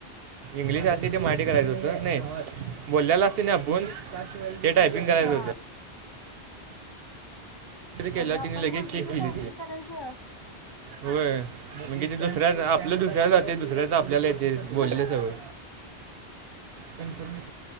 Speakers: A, on the right; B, on the left.
A: इंग्लिश आथे माठी करायचं होतं नाही बोललेला असत ना आपण ते टायपिंग करायचं
B: हा
A: होतं
B: म्हणजे
A: केला
B: आपण
A: तिने लगेच
B: बोलतोय
A: केक
B: ते
A: लिली
B: टायपिंग करायचं
A: होय म्हणजे ते दुसऱ्या आपलं दुसऱ्या जाते दुसऱ्यात आपल्याला येते बोललेले सगळं
B: ह
A: पणकर